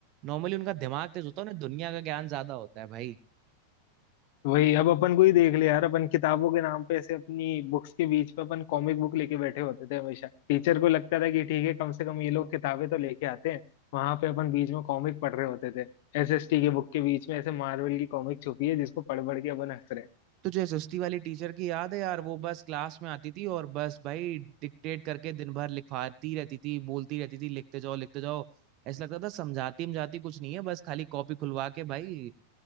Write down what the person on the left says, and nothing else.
वही अब अपन को ही देख ले यार अपन किताबों के नाम पे ऐसे अपनी बुक्स के बीच पे अपन कॉमिक बुक लेके बैठे होते थे हमेशा टीचर को लगता था कि ठीक है कम से कम ये लोग किताबें तो लेके आते हैं वहां पे अपन बीच में कॉमिक पढ़ रहे होते थे एसएसटी के बुक के बीच में ऐसे मार्वल की कॉमिक छुपी है जिसको पढ़ पढ़ के अपन हंस रहे हैं